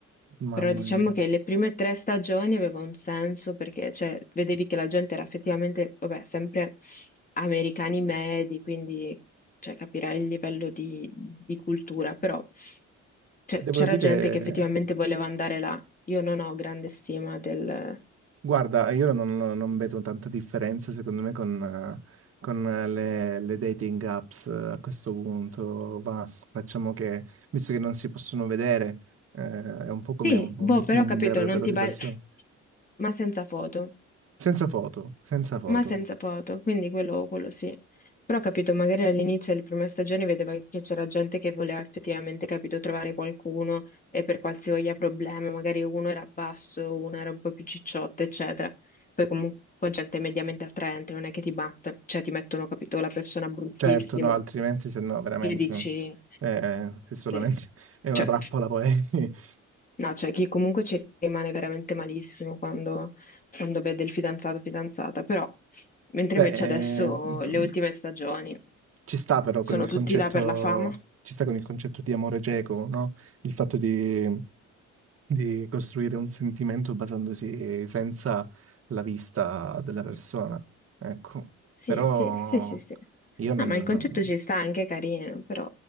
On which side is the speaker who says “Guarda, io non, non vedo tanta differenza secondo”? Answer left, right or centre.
Right